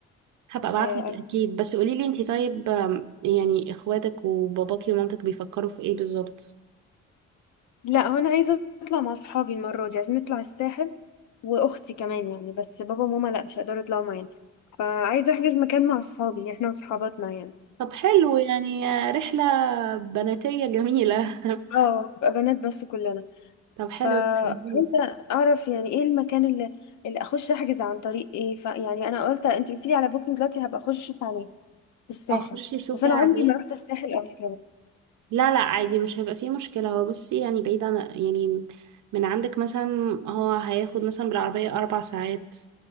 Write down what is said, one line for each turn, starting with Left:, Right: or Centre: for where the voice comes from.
Right: هبقى ابعتلك
Left: آه،
Right: اكيد بس قولي لي انت طيب آم، يعني اخواتك وباباكي ومامتك بيفكروا في ايه بالظبط
Left: لا هو انا عايزه اطلع مع اصحابي المره دي عايزين نطلع الساحل واختي كمان يعني بس بابا وماما لا مش هيقدروا يطلعوا معانا فعايزه احجز مكان مع اصحابي يعني احنا وصحاباتنا يعني
Right: طب حلو يعني آه، رحلة بناتية جميلة <laughs>
Left: اه بقى بنات بس كلنا
Right: طب
Left: فعايزه
Right: حلو لذيذ
Left: اعرف يعني ايه المكان اللي, اللي اخش احجز عن طريق ايه فيعني انا قلت انت قلتيلي على بوكينج دلوقتي هبقى اخش اشوف عليه في الساحل
Right: اخشي شوفي
Left: بس انا
Right: عليه
Left: عمري ما رحت الساحل قبل
Right: لا لا عادي مش هيبقى فيه مشكلة هو بصي يعني بعيد عن يعني من عندك مثلا هو هياخد مثلا بالعربية أربع ساعات